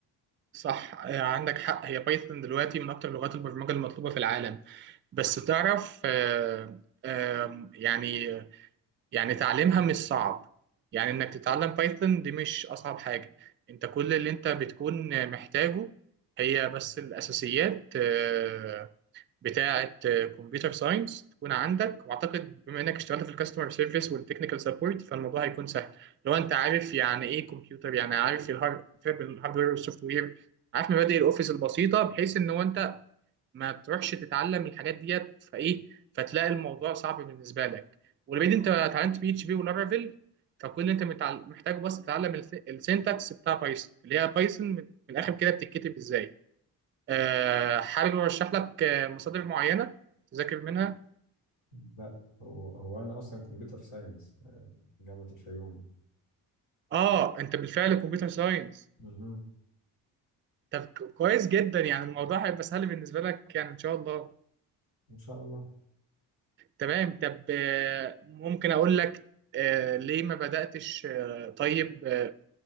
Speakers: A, on the right (about 30°); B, on the left (about 80°).
A: صح آه، عندك حق هي بايثون دلوقتي من اكتر لغات البرمجه المطلوبه في العالم بس تعرف آه، آه، يعني يعني تعليمها مش صعب يعني انك تتعلم بايثون دي مش اصعب حاجه انت كل اللي انت بتكون محتاجه هي بس الاساسيات آه، بتاعه كمبيوتر ساينس تكون عندك واعتقد بما انك اشتغلت في الكاستمر سيرفيس والتكنيكال سبورت فالموضوع هيكون سهل لو انت عارف يعني ايه كمبيوتر يعني عارف الهارد الهاردوير والسوفت وير عارف مبادئ الاوفيس البسيطه بحيث ان هو انت ما بتروحش تتعلم الحاجات ديت فايه فتلاقي الموضوع صعب بالنسبه لك ولبعيد انت اتعلمت بي اتش بي ولارافيل فكل اللي انت متعل- محتاجه بس تتعلم السينتاكس بتاع بايثون اللي هي بايثون من من الاخر كده بتتكتب ازاي آه، حابب ارشح لك آه، مصادر معينه تذاكر منها
B: لا هو هو انا اصلا كمبيوتر ساينس آه، جامعة الفيوم
A: اه انت بالفعل كمبيوتر ساينس
B: مهم.
A: طب ك- كويس جدا يعني الموضوع هيبقى سهل بالنسبه لك يعني ان شاء الله
B: ان شاء الله
A: تمام طب آه، ممكن اقول لك آه، ليه ما بداتش آه، طيب آه،